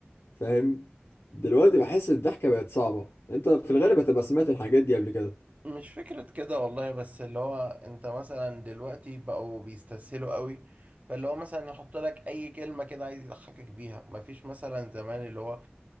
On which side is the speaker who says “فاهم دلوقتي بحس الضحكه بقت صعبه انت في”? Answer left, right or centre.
Left